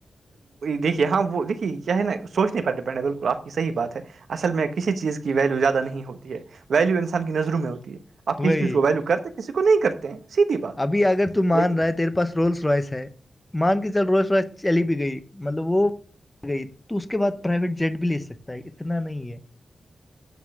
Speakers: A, on the right; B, on the left.
A: دیکھیے ہاں وہ دیکھیے کیا ہے نا سوچ نہیں پر ڈپینڈ ہے بالکل آپ کی صحیح بات ہے اصل میں کسی چیز کی ویلو زیادہ نہیں ہوتی ہے ویلو انسان کی نظروں میں ہوتی ہے آپ کسی
B: وہی
A: چیز کو ویلو کرتے کسی کو نہیں کرتے ہیں سیدھی بات
B: ابھی اگر تو مان
A: لیکن
B: رہا ہے تیرے پاس رولس روائس ہے مان کہ چل روس روائس چلی بھی گئی مطلب وہ گئی تو اس کے بعد پرائیویٹ جٹ بھی لے سکتا ہے اتنا نہیں ہے